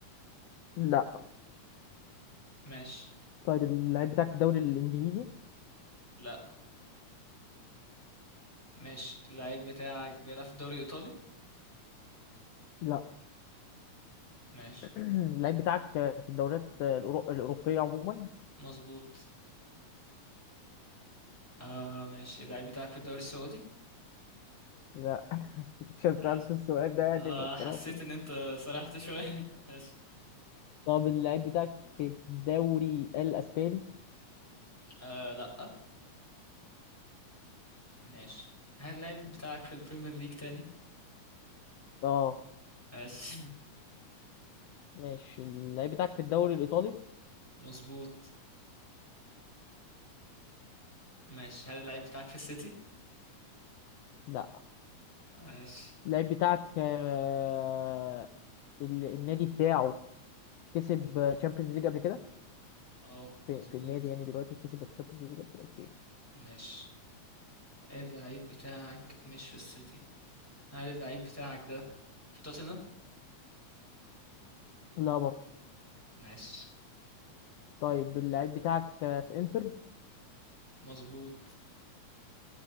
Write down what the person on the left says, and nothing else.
لا
طيب اللعيب بتاعك في الدوري الانجليزي
لا
<clears throat> اللعيب بتاعك في الدوريات الأورو- الاوروبيه عموما
لا <laughs> عشان
سألت السؤال ده يعني
ما
طلعتش.
طب اللعيب بتاعك في الدوري الاسباني
اه
ماشي اللعيب بتاعك في الدوري الايطالي
لا
اللعيب بتاعك آه، ال- النادي بتاعه كسب تشامبيونز ليج قبل كده
في,
في النادي يعني دلوقتي كسب تشامبيونز ليج قبل كده اوكي
لا برضه
طيب اللعيب بتاعك آه، في انتر